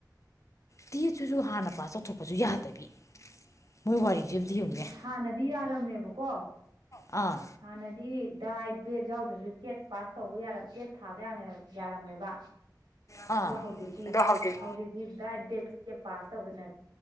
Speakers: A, on the left; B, on the right.
A: ꯗꯦꯗ ꯁꯤꯁꯨ ꯍꯥꯟꯅ ꯄꯥꯁ ꯇꯧꯊꯣꯛꯄꯁꯨ ꯌꯥꯗꯕꯤ ꯃꯣꯏ ꯋꯥꯔꯤꯁꯦ ꯑꯝꯇ ꯌꯦꯡꯉꯨꯅꯦ
B: ꯍꯥꯟꯅꯗꯤ ꯌꯥꯔꯝꯃꯦꯕꯀꯣ
A: ꯑꯥ
B: ꯍꯥꯟꯅꯗꯤ ꯗꯥꯏꯠ ꯕꯦꯠ ꯌꯥꯎꯗ꯭ꯔꯁꯨ ꯇꯦꯠ ꯄꯥꯁ ꯇꯧꯕ ꯌꯥꯔ ꯇꯦꯠ ꯊꯥꯕ ꯌꯥ ꯌꯥꯔꯝꯃꯦꯕ
A: ꯑꯥ
B: ꯑꯗꯣ ꯍꯧꯖꯤꯛꯇꯤ
A: ꯑꯗꯣ ꯍꯧꯖꯤꯛ
B: ꯍꯧꯖꯤꯛꯇꯤ ꯗꯥꯏꯠ ꯕꯦꯗ ꯄꯥꯁ ꯇꯧꯗꯅ